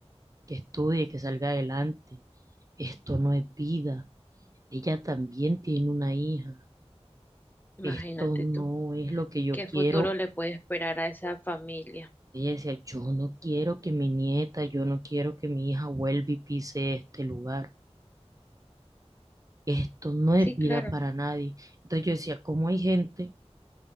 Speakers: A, on the right; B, on the left.
A: que estudie, que salga adelante. Esto no es vida. Ella también tiene una hija.
B: Imagínate
A: Esto no
B: tú.
A: es lo que yo
B: ¿Qué
A: quiero.
B: futuro le puede esperar a esa familia?
A: Ella decía, yo no quiero que mi nieta, yo no quiero que mi hija vuelva y pise este lugar. esto no
B: Sí,
A: es
B: claro.
A: vida para nadie. Entonces yo decía, ¿cómo hay gente